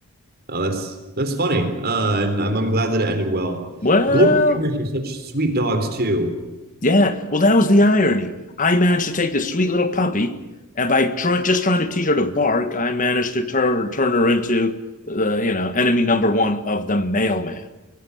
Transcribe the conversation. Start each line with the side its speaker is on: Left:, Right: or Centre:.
Right: Oh, that's that's funny, uh, and I'm I'm glad that it ended well.
Left: Well,
Right: Golden retrievers are such sweet dogs too.
Left: yeah. Well, that was the irony. I managed to take this sweet little puppy, and by trying just trying to teach her to bark, I managed to turn turn her into the you know enemy number one of the mailman,